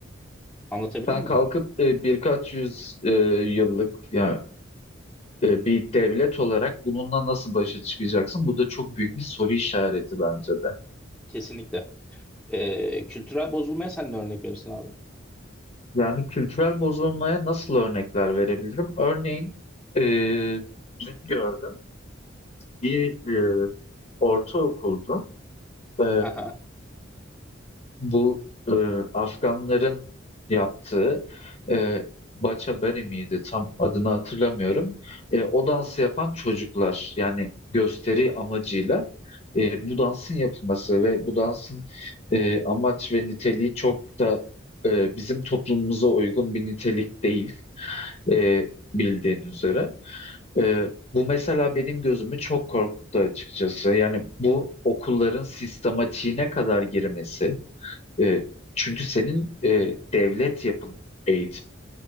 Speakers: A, in the centre; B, on the left (about 40°).
A: Anlatabildim
B: Sen
A: mi?
B: kalkıp e, birkaç yüz e, yıllık yani e, bir devlet olarak bununla nasıl başa çıkacaksın? Bu da çok büyük bir soru işareti bence de.
A: Kesinlikle. Ee, kültürel bozulmaya sen de örnek verirsin abi.
B: Yani kültürel bozulmaya nasıl örnekler verebilirim? Örneğin e, dün gördüm bir e, ortaokuldu. E,
A: Haha.
B: Bu e, Afganların yaptığı e, Bacha Bari miydi? Tam adını hatırlamıyorum. E, o dansı yapan çocuklar yani gösteri amacıyla e, bu dansın yapılması ve bu dansın e, amaç ve niteliği çok da e, bizim toplumumuza uygun bir nitelik değil e, bildiğin üzere. E, bu mesela benim gözümü çok korkuttu açıkçası. Yani bu okulların sistematiğine kadar girmesi. E, çünkü senin e, devlet yapın eğitim.